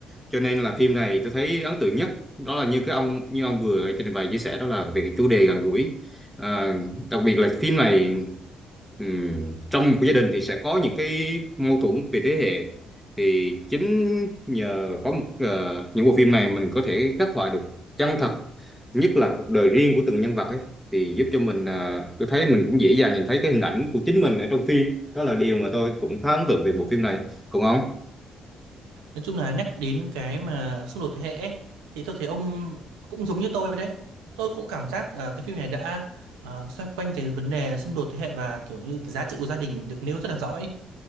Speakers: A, in the centre; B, on the right (about 85°).
A: Cho nên là phim này tôi thấy ấn tượng nhất đó là như cái ông như ông vừa trình bày chia sẻ đó là về cái chủ đề gần gũi à, đặc biệt là phim này Ừ. Trong một cái gia đình thì sẽ có những cái mâu thuẫn về thế hệ thì chính nhờ có một ờ, những bộ phim này mình có thể khắc họa được chân thật nhất là cuộc đời riêng của từng nhân vật ấy thì giúp cho mình ờ, tôi thấy mình cũng dễ dàng nhìn thấy cái hình ảnh của chính mình ở trong phim đó là điều mà tôi cũng khá ấn tượng về bộ phim này còn ông
B: Nói chung là nhắc đến cái mà xung đột thế hệ ấy, thì tôi thấy ông cũng giống như tôi đấy. Tôi cũng cảm giác à, cái phim này đã à, xoay quanh cái vấn đề xung đột thế hệ và kiểu như cái giá trị của gia đình được nêu rất là rõ ấy.